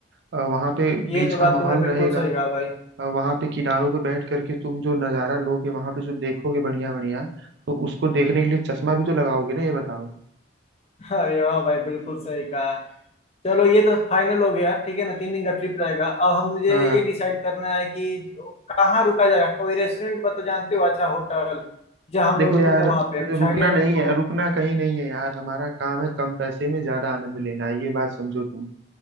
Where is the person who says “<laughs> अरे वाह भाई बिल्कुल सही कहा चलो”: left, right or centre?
Left